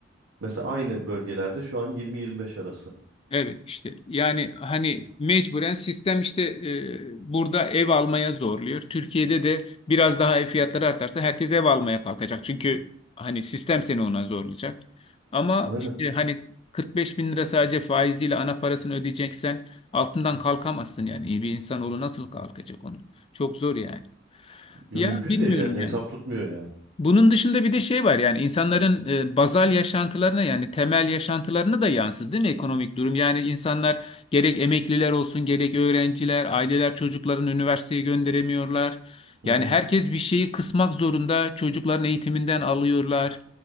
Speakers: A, on the right; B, on the left.
A: mesela aynı bölgelerde şu an 20-25 arası.
B: Evet işte yani hani mecburen sistem işte e, burada ev almaya zorluyor. Türkiye'de de biraz daha ev fiyatları artarsa herkes ev almaya kalkacak. Çünkü hani sistem seni ona zorlayacak. Ama
A: Aynen.
B: işte hani 45 bin lira sadece faiziyle ana parasını ödeyeceksen altından kalkamazsın yani. İyi bir insanoğlu nasıl kalkacak onu? Çok zor yani.
A: Ya
B: Ya
A: mümkün
B: bilmiyorum
A: değil yani hesap
B: yani.
A: tutmuyor yani.
B: Bunun dışında bir de şey var yani insanların e, bazal yaşantılarına yani temel yaşantılarına da yansıdı değil mi ekonomik durum? Yani insanlar gerek emekliler olsun gerek öğrenciler, aileler çocuklarını üniversiteye gönderemiyorlar.
A: Hı
B: Yani
A: hı.
B: herkes bir şeyi kısmak zorunda çocukların eğitiminden alıyorlar.